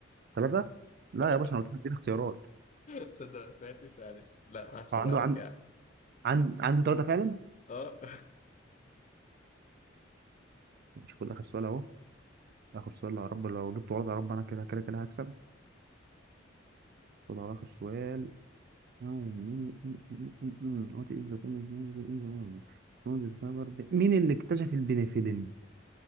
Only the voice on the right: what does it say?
ثلاثه لا
يا باشا انا قلت لك اديني اختيارات
هو عنده
عن...
عن... عنده ثلاثه فعلا
مش خد اخر سؤال اهو اخر سؤال يا رب لو جبته غلط يا رب انا كده كده كده هكسب خد على آخر سؤال What is the penicillin? What is the- مين اللي اكتشف البنسلين؟